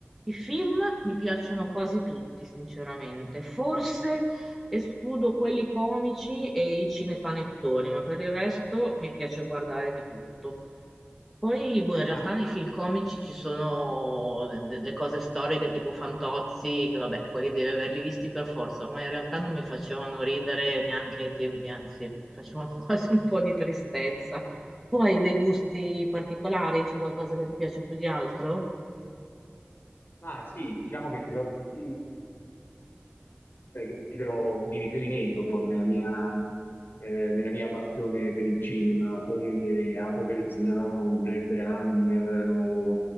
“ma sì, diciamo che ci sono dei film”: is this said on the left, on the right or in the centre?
Left